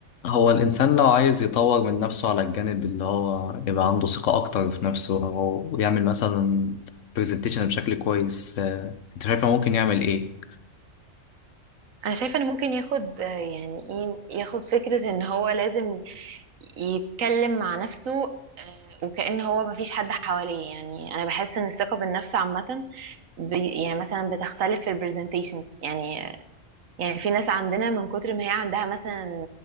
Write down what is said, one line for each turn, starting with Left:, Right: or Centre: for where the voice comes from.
Left: هو الإنسان لو عايز يطور من نفسه على الجانب اللي هو يبقى عنده ثقة أكتر في نفسه أو يعمل مثلا برزنتيشن بشكل كويس آه، أنت شايف هو ممكن يعمل إيه؟
Right: انا شايفه ان ممكن ياخد آه، يعني ايه ياخد فكره ان هو لازم يتكلم مع نفسه آه، وكأن هو مفيش حد حواليه يعني انا بحس ان الثقه بالنفس عامه بي- يعني مثلا بتختلف في البرزنتيشنز يعني يعني في ناس عندنا من كتر ما هي عندها مثلا